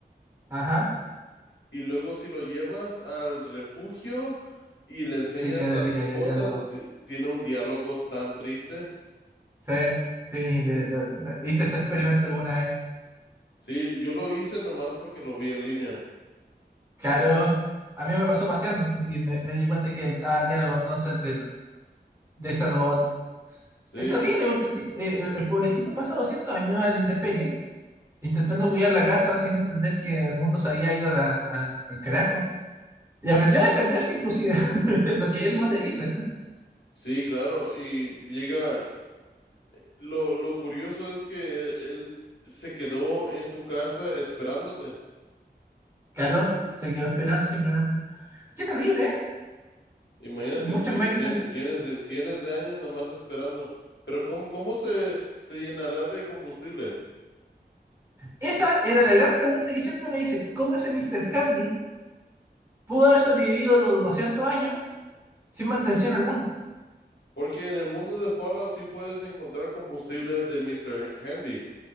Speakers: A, on the right; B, on the left.
A: Ajá,
B: Y luego si lo llevas al refugio y le enseñas
A: sí, tiene
B: a
A: línea
B: tu esposa,
A: de diálogo.
B: ti- tiene un diálogo tan triste.
A: Sí, sí, le- lo- lo- hice ese experimento alguna vez.
B: Sí, yo lo hice nomás porque lo vi en línea.
A: Claro, a mí me pasó paseando y me, me di cuenta que estaba el diálogo entonces del- de ese robot.
B: Sí,
A: Es terrible porque el, ti- eh, el- el pobrecito pasa 200 años a la intemperie, intentando cuidar la casa sin entender que el mundo se había ido a la- a- al carajo. Y aprendió a defenderse inclusive, <laughs> lo que él no te dice.
B: sí, claro. Y llega. Lo, lo curioso es que él se quedó en tu casa esperándote.
A: Claro, se quedó esperando simplemente. Qué terrible, ¿eh?
B: Imagínate,
A: Muchas
B: ci-
A: máquinas.
B: cien- cienes de, cienes de años nomás esperando. Pero ¿cómo, cómo se, se llenará de combustible?
A: Esa era la gran pregunta que siempre me dicen, ¿cómo ese mister Handy pudo haber sobrevivido de los 200 años sin mantención alguna?
B: Porque en el mundo de Fallout sí puedes encontrar combustible de Mr. Handy,